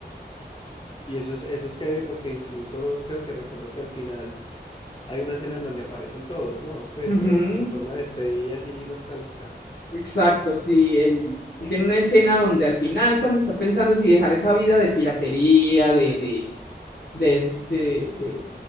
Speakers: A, on the left; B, on the left.
A: Y eso es, eso es heavy porque incluso creo que recuerdo que al final hay una escena en donde aparecen todos, ¿no? Pues,
B: Ujú,
A: pero como en forma de despedida así nostálgica.
B: Exacto, sí, él, él tiene una escena donde al final cuando está pensando si dejar esa vida de piratería, de, de, de, es- de, de,